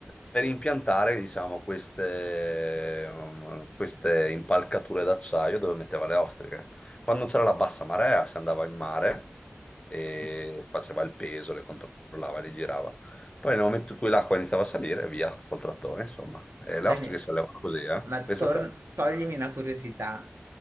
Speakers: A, on the left; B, on the right.
A: per impiantare, diciamo, queste, um, queste impalcature d'acciaio dove metteva le ostriche. Quando c'era la bassa marea si andava in mare e
B: Sì.
A: faceva il peso, le controllava, le girava. Poi nel momento in cui l'acqua iniziava a salire, via col trattore, insomma. E
B: Ma, Daniele,
A: le ostriche si allevano così, eh?
B: ma
A: Pensa
B: tor-
A: a te.
B: toglimi una curiosità.